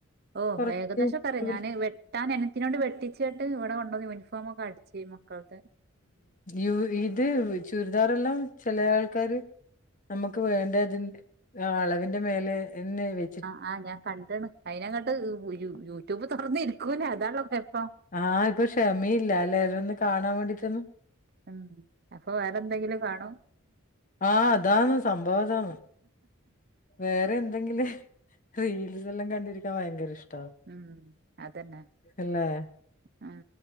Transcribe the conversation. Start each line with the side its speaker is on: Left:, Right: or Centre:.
Right: ഓ
Left: കൊറച്ച്
Right: ഏദേശൊക്കെ
Left: യൂട്യൂബില്
Right: അറിയാം ഞാന് വെട്ടാൻ അനിയത്തിനോട് വെട്ടിച്ചട്ട് ഇവിടെണ്ടോന്നു യൂണിഫോമ ഒക്കെ അടിച്ച് ഈ മക്കൾ തെ
Left: ഉം ഇത് ചുരിദാറെല്ലാം ചില ആൾക്കാര് നമുക്ക് വേണ്ടതിന്റെ അളവിന്റെ മേലെെ വെ
Right: ആഹ് ആ ഞാൻ കണ്ടണ് അയിന്ങ്ങോട്ട് യൂട്യൂബ് തുറന്ന ഇരിക്കൂല്ലേ അതാണ് കൊയപ്പം
Left: ആഹ് ഇപ്പൊ ക്ഷമയില്ല അലല ഇത് ഒന്ന് കാണാൻ വേണ്ടീട്ടൊന്നും
Right: ഉം അപ്പൊ വേറെന്തെങ്കിലും കാണോ
Left: ആഹ് അതാന്ന് സംഭവം അതാണ് വേറെ എന്തെങ്കിലും റീൽസ് എല്ലാം കണ്ടിരിക്കാൻ ഭയങ്കര ഇഷ്ടം
Right: ഉം അതന്നെ
Left: അല്ലേ
Right: ഉം